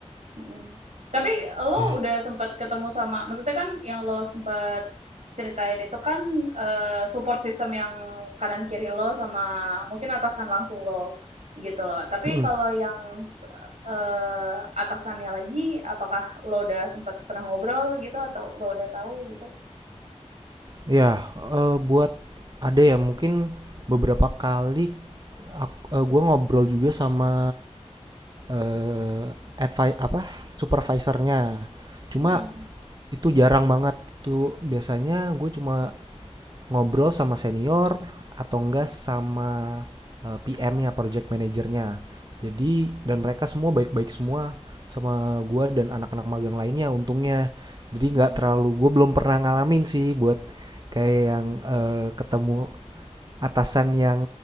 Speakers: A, on the right; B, on the right.
A: Mm-mm. Tapi lo
B: Ya,
A: udah sempat ketemu sama, maksudnya kan yang lo sempat ceritain itu kan eh, support system yang kanan kiri lo sama mungkin atasan langsung lo gitu loh. Tapi
B: Mm-mm.
A: kalau yang s- eh, atasannya lagi, apakah lo udah sempat pernah ngobrol gitu atau lo udah tahu gitu?
B: Ya, eh, buat ada ya mungkin beberapa kali aku, eh, gua ngobrol juga sama eh advi apa supervisornya. Cuma
A: Hmm.
B: Itu jarang banget. Itu biasanya gue cuma ngobrol sama senior atau enggak sama eh, PM-nya, project manajernya. Jadi dan mereka semua baik-baik semua sama gue dan anak-anak magang lainnya untungnya. Jadi
A: Hmm.
B: nggak terlalu gue belum pernah ngalamin sih buat kayak yang eh, ketemu atasan yang